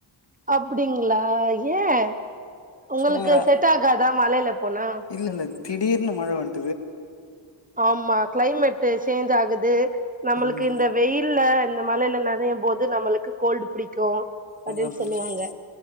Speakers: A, on the right; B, on the left.
A: அப்டிங்களா ஏன் உங்களுக்கு
B: சும்மா ஒரு
A: செட் ஆகாதா மழையில போனா
B: இல்ல இல்ல திடீர்னு மழை வந்
A: ஆமா கிளைமேட் சேஞ்ச் ஆகுது நம்மளுக்கு
B: ம்
A: இந்த வெயில்ல இந்த மழையில நனையு போது நம்மளுக்கு கோல்டு புடிக்கு அப்டின்னு
B: அதான் புடிச்சுகிச்சு
A: சொல்லுவாங்க